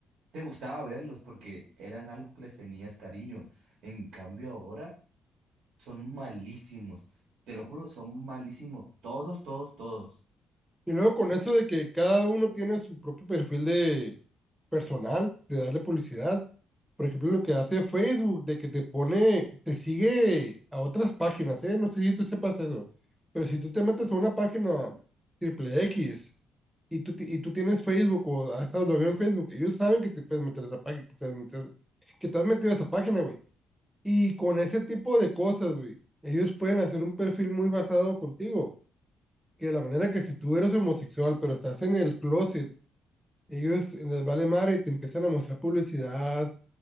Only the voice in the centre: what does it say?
Y luego con eso de que cada uno tiene su propio perfil de personal, de darle publicidad. Por ejemplo, lo que hace Facebook, de que te pone, te sigue a otras páginas, ¿eh? No sé si tú sepas eso, pero si tú te metes a una página triple X y tú, ti- y tú tienes Facebook o has estado logueado en Facebook, ellos saben que te puedes meter a esa página, que te has metido, que te has metido a esa página, güey. Y con ese tipo de cosas, güey, ellos pueden hacer un perfil muy basado contigo que de la manera que si tú eres homosexual, pero estás en el closet, ellos les vale madre y te empiezan a mostrar publicidad